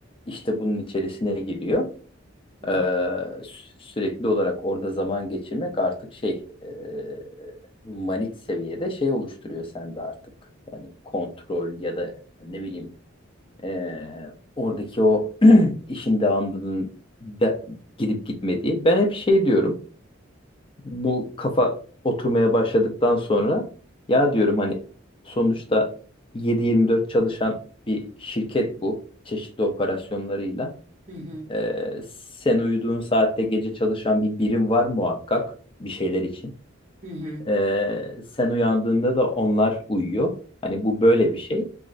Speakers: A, on the left; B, on the right.
A: İşte bunun içerisine giriyor.
B: Hı
A: Eee, sü- sürekli olarak orada zaman geçirmek artık şey eee, manik seviyede şey oluşturuyor sende artık. Yani kontrol ya da ne bileyim ee, oradaki o <clears throat> işin devamlılığının de- gidip gitmediği. Ben hep şey diyorum. Bu kafa oturmaya başladıktan sonra ya diyorum hani sonuçta 7-24 çalışan bir şirket bu. Çeşitli operasyonlarıyla.
B: hı hı.
A: Ee, sen uyuduğun saatte gece çalışan bir birim var muhakkak bir şeyler için.
B: hı.
A: Ee, sen uyandığında da onlar uyuyor. Hani bu böyle bir şey.